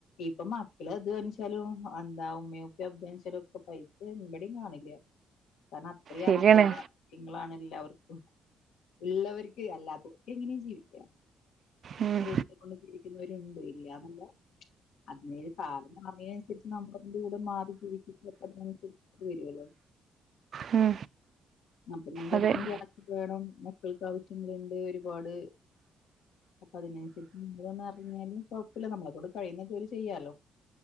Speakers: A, on the left; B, on the right.
A: ഇപ്പൊ മക്കൾ അത് വെച്ചാലും എന്താ ഉമ്മയ ഉപ്പ അച്ചാലും ഒക്കെ പൈസ എവിടേയും കാണില്ല കാരണം അത്രയും
B: ശരിയാണ്
A: അത്യാവശ്യ ങ്ങളാണല്ലോ എല്ലാവർക്കും ഉള്ളവർക്ക് അല്ലാത്ത എങ്ങനെയും ജീവിക്ക <unintelligible>
B: ഉം
A: <unintelligible> <unintelligible>
B: ഉം.
A: അപ്പൊ നമ്മുടെ
B: അതെ
A: അടുത്തും ക്യാഷ് വേണം മക്കൾക്ക് ആവശ്യങ്ങളുണ്ട് ഒരുപാട് അപ്പൊ അതിനനുസരിച്ച് <unintelligible> അറിഞ്ഞാലും കൊഴപ്പില്ല നമ്മള കൊണ്ട് കഴിയുന്ന ജോലി ചെയ്യാലോ.